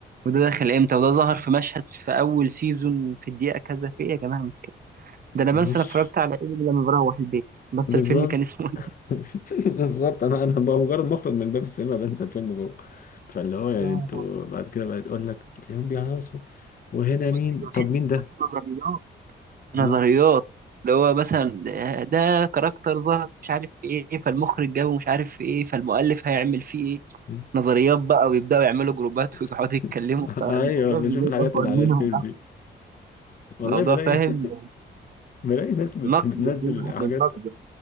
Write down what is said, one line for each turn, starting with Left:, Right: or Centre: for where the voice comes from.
Right: وده دخل امتى وده ظهر في مشهد في اول سيزون في الدقيقة كذا في ايه يا جماعة مش كده ده انا
Left: مش
Right: بنسى انا اتفرجت على ايه لما بروح البيت بنسى
Left: بالظبط
Right: الفيلم كان اسمه ايه
Left: <laughs> بالظبط انا انا بقى مجرد مخرج من باب السينما بنسى الفيلم جوه فاللي
Right: <laughs>
Left: هو يعني
Right: يا
Left: انتوا بعد كده بقى يقول لك تلاقيهم بيهيصوا وهنا مين
Right: لهوي، ده
Left: طب
Right: فيلم
Left: مين ده؟
Right: نظريات،
Left: م?
Right: نظريات اللي هو مثلا ده ده كاركتر ظهر مش عارف في ايه فالمخرج جابه مش عارف في ايه فالمؤلف هيعمل فيه ايه
Left: م?
Right: نظريات بقى ويبداوا يعملوا جروبات
Left: <laughs>
Right: ويقعدوا يتكلموا فالموضوع
Left: ايوه بشوف
Right: بيجيب
Left: الحاجات
Right: اكبر
Left: اللي
Right: منهم
Left: على الفيس دي والله
Right: الموضوع
Left: بلاقي
Right: فاهم
Left: <laughs> بلاقي ناس بت-
Right: نقد
Left: بتنزل
Right: بيذهب
Left: حاجات
Right: للنقد